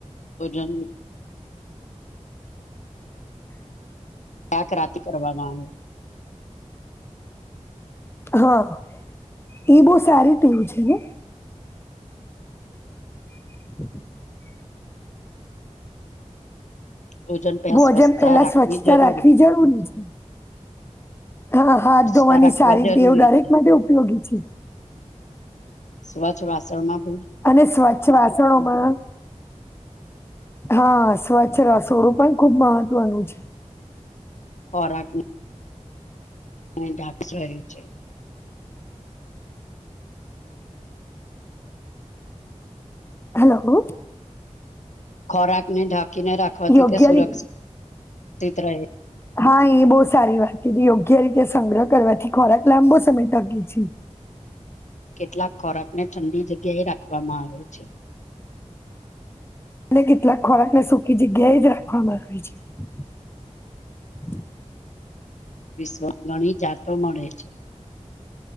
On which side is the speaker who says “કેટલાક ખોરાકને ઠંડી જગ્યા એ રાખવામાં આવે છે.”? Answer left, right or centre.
Left